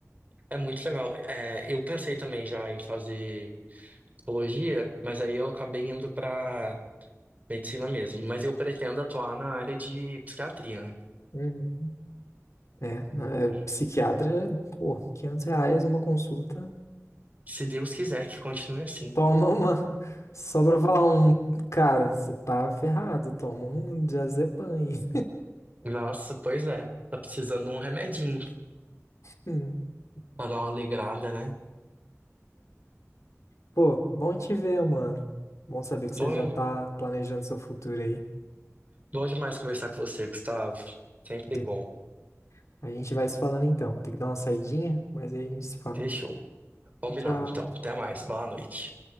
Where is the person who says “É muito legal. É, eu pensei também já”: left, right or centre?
Right